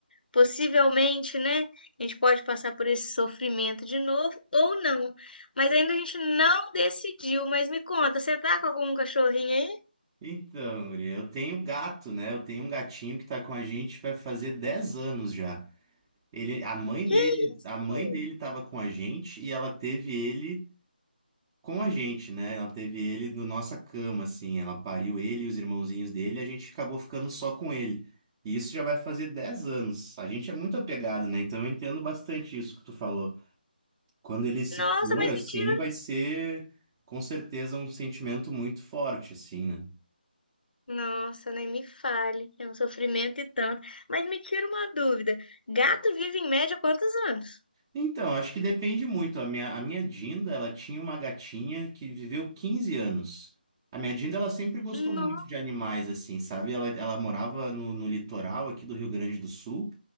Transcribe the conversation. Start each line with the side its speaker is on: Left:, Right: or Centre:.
Left: Possivelmente, né? A gente pode passar por esse sofrimento de novo ou não. Mas ainda a gente não decidiu. Mas me conta, você tá com algum cachorrinho aí?
Right: Então, guria, eu tenho gato, né? Eu tenho um gatinho que tá com a gente, vai fazer 10 anos já. Ele, a mãe
Left: Que
Right: dele,
Left: isso?
Right: a mãe dele tava com a gente e ela teve ele com a gente, né? Ela teve ele na nossa cama, assim. Ela pariu ele e os irmãozinhos dele, e a gente acabou ficando só com ele. E isso já vai fazer 10 anos. A gente é muito apegado, né? Então eu entendo bastante isso que tu falou. Quando ele se
Left: Nossa,
Right: for,
Left: mas
Right: assim,
Left: me tira.
Right: vai ser com certeza um sentimento muito forte, assim, né?
Left: Nossa, nem me fale. É um sofrimento e tanto. Mas me tira uma dúvida. Gato vive em média quantos anos?
Right: Então, acho que depende muito. A minha, a minha Dinda, ela tinha uma gatinha que viveu 15 anos. A minha Dinda, ela sempre gostou
Left: Não.
Right: muito de animais, assim, sabe? Ela, ela morava no, no litoral aqui do Rio Grande do Sul